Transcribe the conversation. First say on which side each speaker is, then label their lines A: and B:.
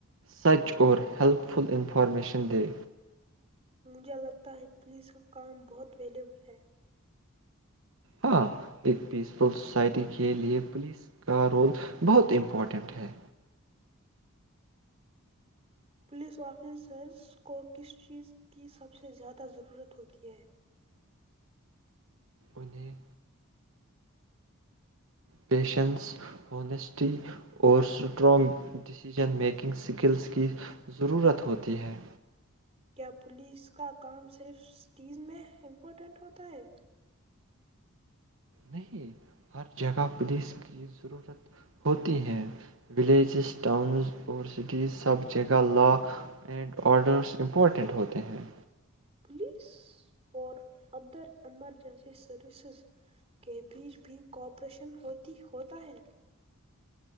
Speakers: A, on the right; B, on the right.
A: سچ اور ہیلپ فل انفارمیشن دے
B: مجھے لگتا ہے پولیس کا کام بہت ویلیوبل ہے
A: ہاں ایک پیس فل سوسائٹی کے لیے پولیس کا رول بہت امپورٹنٹ ہے
B: پولیس آفیسرز کو کس چیز کی سب سے زیادہ ضرورت ہوتی ہے
A: انیں پیشنس ہونیسٹی اور سٹرانگ ڈسیژن میکنگ اسکلز کی ضرورت ہوتی ہے
B: کیا پولیس کا کام صرف سٹیز میں امپورٹنٹ ہوتا ہے
A: نہیں ہر جگہ پولیس کی ضرورت ہوتی ہیں ولیجز ٹاؤنز اور سٹیز سب جگہ لا اینڈ آڈرس امپورٹنٹ ہوتے ہیں
B: پولیس اور ادر ایمرجنسی سروسز کے بیچ بھی کوپریشن ہوتی ہوتا ہے